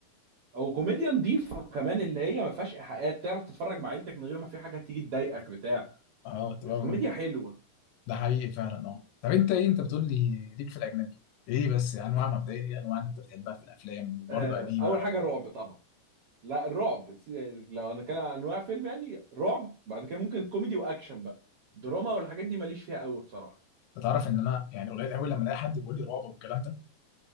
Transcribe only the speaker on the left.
اه تبقى
ده حقيقي فعلا اه طب انت ايه انت بتقول لي ليك في الاجنبي ايه بس انواع مبدئيه ايه انواع اللي انت بتحبها في الافلام وبرضه
قديمه
ولا
جديده
انت تعرف ان انا يعني قليل قوي لما الاقي حد بيقول لي رعب والكلام ده